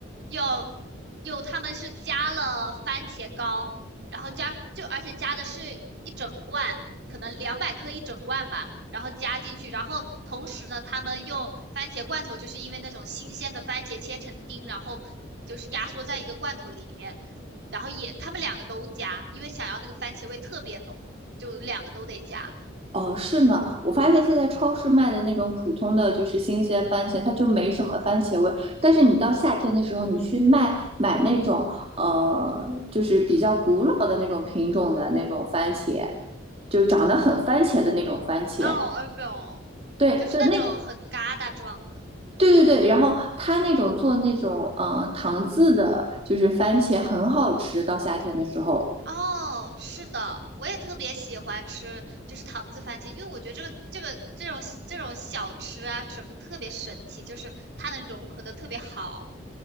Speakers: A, on the right (about 60°); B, on the right (about 30°).
A: 有有他们是加了番茄膏，然后加就而且加的是一整罐，可能两百克一整罐吧，然后加进去，然后同时呢，他们用番茄罐头，就是因为那种新鲜的番茄切成丁，然后就是压缩在一个罐头里面，然后也他们两个都加，因为想要那个番茄味特别浓，就两个都得加。
B: 哦，是呢，我发现现在超市卖的那种普通的就是新鲜番茄，它就没什么番茄味。但是你到夏天的时候，你去卖买那种呃，就是比较古老的那种品种的那种番茄，就长得很番茄的那种番茄。
A: 哦，耳饼，
B: 对，
A: 就是那种很疙瘩状的。
B: 就那，对对对。然后它那种做那种呃糖渍的，就是番茄很好吃。到夏天的时候，
A: 哦，是的，我也特别喜欢吃，就是糖渍番茄，因为我觉得这个这个这种这种小吃啊什么特别神奇，就是它能融合的特别好。